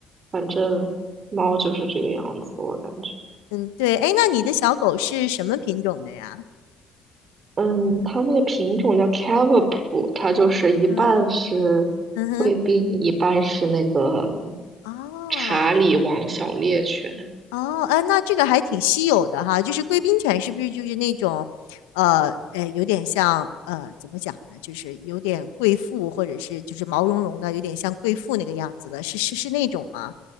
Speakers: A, on the right; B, on the left.
A: 反正猫就是这个样子，我感觉。
B: 嗯，对，哎，那你的小狗是什么品种的呀？
A: 嗯，它那个品种叫 c a v 它就是一半是贵宾，
B: 嗯嗯哼，
A: 一半是那个
B: 哦
A: 查理王小猎犬。
B: 哦，哎，那这个还挺稀有的哈，就是贵宾犬是不是就是那种，呃，哎，有点像呃，怎么讲呢？就是有点贵妇，或者是就是毛茸茸的，有点像贵妇那个样子的，是是是那种吗？